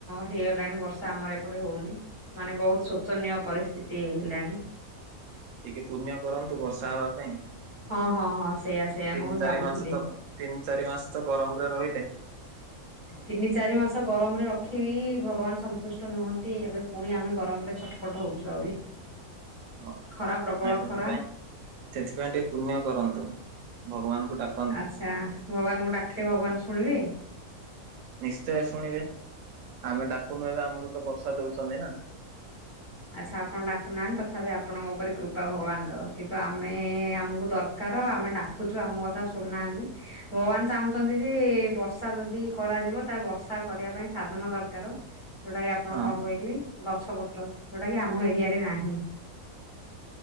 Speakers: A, on the left; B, on the right.
A: ହେଇଗଲାଣି ବର୍ଷା ଆମର ଏପଟେ ହଉନି। ମାନେ ବହୁତ ଶୋଚନୀୟ ପରିସ୍ଥିତି ହେଲାଣି।
B: ଟିକିଏ ପୁଣ୍ୟ କରନ୍ତୁ ବର୍ଷା ହବାପାଇଁ। ତିନି
A: ହଁ ହଁ ହଁ ସେଇଆ ସେଇଆ ମୁଁ ବି
B: ଚାରି
A: ଭାବୁଥିଲି।
B: ମାସତ ତିନି ଚାରି ମାସତ ଗରମରେ ରହିଲେ। <inaudible>
A: ତିନି ଚାରି ମାସ ଗରମରେ ରଖି ଭଗବାନ ସନ୍ତୁଷ୍ଟ ନୁହନ୍ତି ଏବେ ପୁଣି ଆମେ ଗରମରେ ଛଟ ପଟ ହଉଛୁ ଆହୁରି।
B: ହ
A: ଖରା ପ୍ରବଳ
B: ନାଇ ସେଥିପାଇଁ
A: ଖରା
B: ସେଥିପାଇଁ ଟିକେ ପୁଣ୍ୟ କରନ୍ତୁ ଭଗବାନଙ୍କୁ ଡାକ
A: ଆଚ୍ଛା ଭଗବାନଙ୍କୁ ଡାକିଲେ ଭଗବାନ ଶୁଣିବେ?
B: ନିଶ୍ଚୟ ଶୁଣିବେ ଆମେ ଡାକୁନୁ ଏବେ ଆମକୁ ତ ବର୍ଷା ଦଉଛନ୍ତି ନା। <inaudible>
A: ଆଚ୍ଛା ଆପଣ ଡାକୁନାହାନ୍ତି ତଥାପି ଆପଣଙ୍କ ଉପରେ କୃପା ଭଗବାନଙ୍କର କିନ୍ତୁ ଆମେ ଆମକୁ ଦର କାର ଆମେ ଡାକୁଛୁ ଆମ କଥା ଶୁନାହାନ୍ତି। ଭଗବାନ ଚାହୁଁଛନ୍ତି ଯେ ବର୍ଷା ଯଦି କରାଯିବ ତାହେଲେ ବର୍ଷା କରିବା ପାଇଁ ସାଧନ ଦରକାର। ଯୋଉଟା କି ଆପଣ
B: ହଁ
A: କଣ କହିଥିଲେ ଗଛ ପତ୍ର, ଯୋଉଟା କି ଆମ ଏରିଆରେ ନାହିଁ।